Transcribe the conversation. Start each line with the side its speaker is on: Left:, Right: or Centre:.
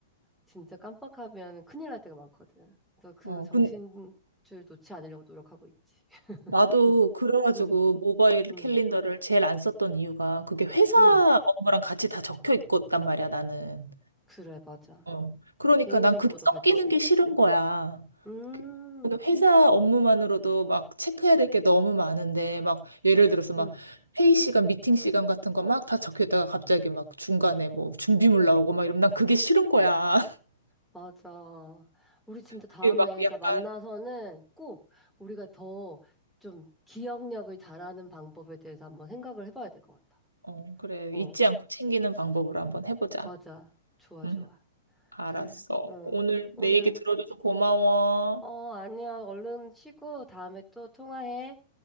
Centre: 진짜 깜빡하면 큰일 날 때가 많거든. 그래서 그
Right: 어,
Centre: 정신줄
Right: 근
Centre: 놓지 않으려고 노력하고 있지. <laughs>
Right: 나도 그래가지고
Centre: 응,
Right: 모바일
Centre: 응,
Right: 캘린더를 제일 안 썼던 이유가 그게 회사
Centre: 응.
Right: 업무랑 같이 다 적혀 있었단 말이야, 나는.
Centre: 그래, 맞아.
Right: 어. 그러니까
Centre: 개인정보도
Right: 난 그게 섞이는
Centre: 같이.
Right: 게 싫은 거야.
Centre: 음,
Right: 그- 저는 회사 업무만으로도 막 체크해야 될 게 너무 많은데, 막 예를 들어서 막
Centre: 응,
Right: 회의 시간, 미팅 시간 같은 거 막 다 적혀 있다가 갑자기 막 중간에 뭐 준비물 나오고 막 이러면 난 그게 싫은 거야. <laughs>
Centre: 맞아. 우리 진짜 다음에
Right: 그게 막 약간,
Centre: 다 만나서는 꼭 우리가 더 좀 기억력을 잘하는 방법에 대해서 한번 생각을 해봐야 될 것 같아.
Right: 어, 그래.
Centre: 어,
Right: 잊지 않고 챙기는 방법으로 한번 해보자.
Centre: 맞아. 좋아,
Right: 응,
Centre: 좋아.
Right: 알았어.
Centre: 그래, 어.
Right: 오늘
Centre: 오늘,
Right: 내 얘기 들어줘서 고마워.
Centre: 어, 아니야. 얼른 쉬고 다음에 또 통화해.